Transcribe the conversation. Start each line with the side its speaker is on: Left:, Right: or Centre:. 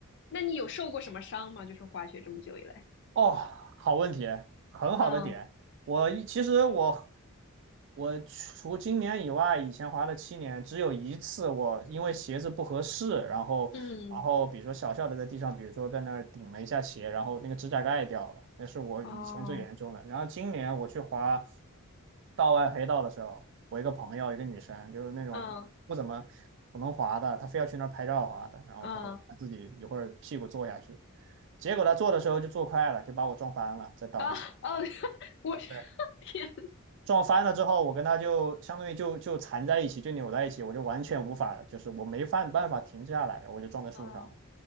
Left: 那你有受过什么伤吗？就是滑雪这么久以来，
Right: 哦，好问题，很好的点。
Left: 嗯
Right: 我一其实我我除今年以外，以前滑了七年，只有一次我因为鞋子不合适，然后然后比如说小小的在地上，
Left: 嗯，
Right: 比如说在那儿顶了一下鞋，然后那个指甲盖掉了，那是我以前最严重的。
Left: 哦，
Right: 然后今年我去滑道外黑道的时候，我一个朋友，一个女生，就是那种不怎么不能滑的，
Left: 嗯
Right: 她非要去那儿拍照滑的，然后她说她自己一会儿屁股坐下去。
Left: 嗯
Right: 结果他做的时候就做快了，就把我撞翻了，在道上。
Left: 啊哦，<laughs> 我 <laughs>
Right: 对，
Left: 天
Right: 撞翻了之后，我跟他就相当于就就缠在一起，就扭在一起，我就完全无法，就是我没办办法停下来，我就撞在树上了，
Left: 啊，哦